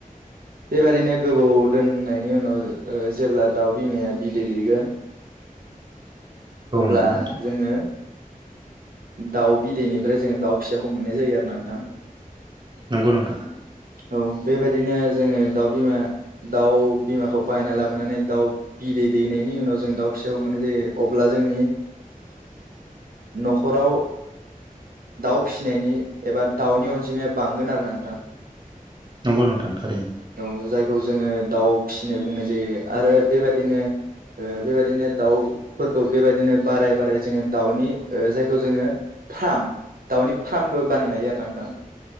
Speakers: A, on the right; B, on the right.
A: बेबादिनो गोबाव दोननायनि उनाव जेब्ला दाउ बिमाया बिदै दैेगोन
B: औ
A: अब्ला
B: नंगौ नोंथां
A: जोङो दाउ बिदैनिफ्राय जोङो दाउ फिसाखौ मोननाय जायो आरो ना नोंथां
B: नंगौ नोंथां
A: औ बेबायदिनो जोङो दाउ बिमा दाउ बिमाखौ बायना लाबो माबानानै दाउ बिदै दैनायनि उनाव जों दाउ फिसाखौ मोननाय जायो अब्ला जोंनि न'खराव दाउ फिसिनायनि एबा दाउनि अनजिमाया बांगोन आरोा नोंथां
B: नंगौ नोंथां थारैनो
A: औ जायखौ जोङो दाउ फिसिनाय बुंनाय जायो आरो बेबायदिनो बेबायदिनो दाउफोरखौ बेबायदिनो बाराय बाराय जोङो दाउनि जायखौ जोङो फार्म दाउनि फार्मबो बानायनाय आरो ना नोंथां